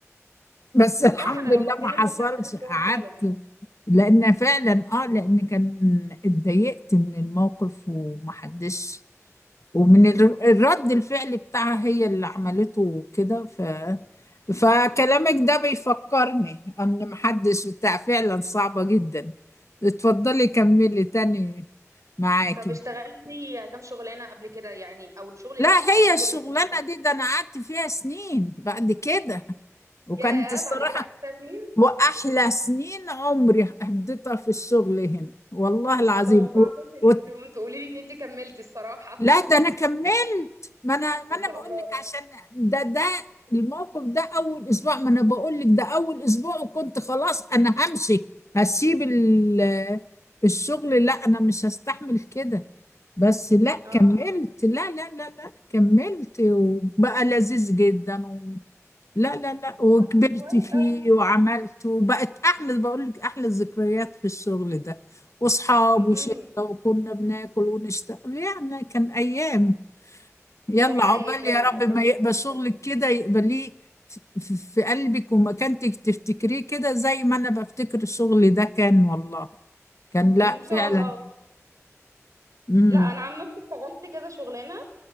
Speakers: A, on the left (about 65°); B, on the right (about 85°).
A: بس الحمد
B: صح انا لو
A: لله
B: مكانك
A: ما حصلش
B: كنت هسيب الشغل
A: قعدت
B: فعلا
A: لان فعلا اه لان كان اتضايقت من الموقف ومحدش ومن الر- الرد الفعل بتاعها هي اللي عملته كده ف فكلامك ده بيفكرني ان محدش بتاع فعلا صعبة جدا اتفضلي كملي تاني معاكي
B: طب اشتغلتي كام شغلانه قبل كده يعني او الشغل اللي
A: لا
B: انت اشتغلتيه
A: هي
B: كله
A: الشغلانة
B: كان قد ايه
A: دي ده انا قعدت فيها سنين بعد كده وكانت
B: ياه
A: الصراحة
B: بعد كده قعدتي فيها سنين
A: وأحلى سنين عمري قضيتها في الشغل هنا والله العظيم
B: ما توقعتش
A: و...
B: انك
A: و...
B: تقوم <laughs> تقولي لي ان انت كملتي الصراحه
A: لا
B: <laughs>
A: ده أنا كملت ما أنا ما
B: ما
A: أنا
B: شاء
A: بقول
B: الله
A: لك عشان ده ده الموقف ده أول أسبوع ما أنا بقول لك ده أول أسبوع وكنت خلاص أنا همشي هسيب ال... الشغل لا أنا مش هستحمل كده بس لا
B: اه
A: كملت لا لا لا لا كملت وبقى لذيذ جدا لا لا لا وكبرت
B: طب كويس
A: فيه
B: قوي
A: وعملت وبقت أحلى بقول لك أحلى الذكريات في الشغل ده وأصحاب
B: امم
A: وشلة وكنا بناكل ونشتغل يعني كان أيام يلا
B: ده حقيقي
A: عقبال
B: فعلا
A: يا رب
B: ايام
A: ما
B: الشغل
A: يقبل شغلك
B: كده
A: كده يقبليه في في- في قلبك ومكانتك تفتكريه كده زي ما أنا بفتكر الشغل ده كان والله كان لا
B: ان شاء
A: فعلا
B: الله
A: امم
B: لا انا عن نفسي اشتغلت كذا شغلانه